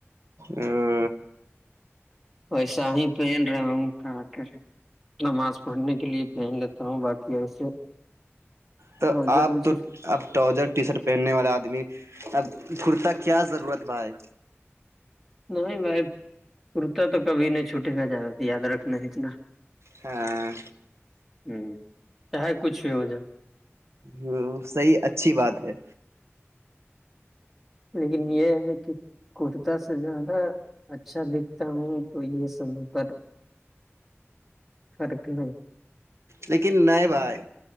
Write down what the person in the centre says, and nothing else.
وسا ہی پہن رہا ہوں کہ کر نماز پڑھنے کے لیے پہن لیتا ہوں باقی ایسے
اوزر
وزر
نہیں بھائی کرتا تو کبھی نہیں چھوٹے گ جا رہا یاد رکھنا اتنا
ہوں ا کچھ ہو وجہ <unintelligible>
لیکن یہ ہے کہ کرتا سے زیادہ اچھا دکھتا ہوں تو یہ سم پر سرک <unintelligible>